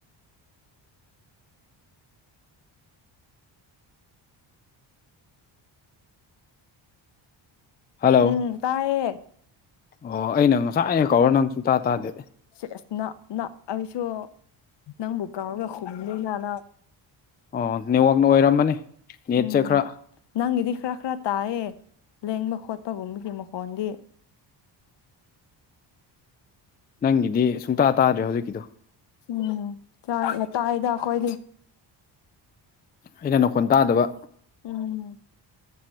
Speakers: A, on the left; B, on the left.
A: ꯍꯜꯂꯣ
B: ꯎꯝ ꯇꯥꯌꯦ
A: ꯑꯣ ꯑꯩꯅ ꯉꯁꯥꯏ ꯉꯩ ꯀꯧꯔ ꯅꯪ ꯁꯨꯡꯇꯥ ꯇꯥꯗꯦ
B: ꯁꯦꯁ ꯅ ꯅ ꯑꯩꯁꯨ ꯅꯪꯕꯨ ꯀꯥꯎꯔꯒ ꯍꯨꯝꯅꯤꯅ ꯅ
A: ꯑꯣ ꯅꯦꯠꯋꯥꯛꯅ ꯑꯣꯏꯔꯝꯃꯅꯤ ꯅꯦꯠꯁꯦ
B: ꯎꯝ
A: ꯈ꯭ꯔ
B: ꯅꯪꯒꯤꯗꯤ ꯈ꯭ꯔ ꯈ꯭ꯔ ꯇꯥꯏꯌꯦ ꯂꯦꯡꯕ ꯈꯣꯠꯄꯒꯨꯝꯕꯒꯤ ꯃꯈꯣꯟꯗꯤ
A: ꯅꯪꯒꯤꯗꯤ ꯁꯨꯡꯇꯥ ꯇꯥꯗ꯭ꯔꯦ ꯍꯧꯖꯤꯛꯀꯤꯗꯨ
B: ꯎꯝ ꯆ ꯇꯥꯌꯦꯗ ꯑꯈꯣꯏꯗꯤ
A: ꯑꯩꯅ ꯅꯈꯣꯟ ꯇꯥꯗꯕ
B: ꯎꯝ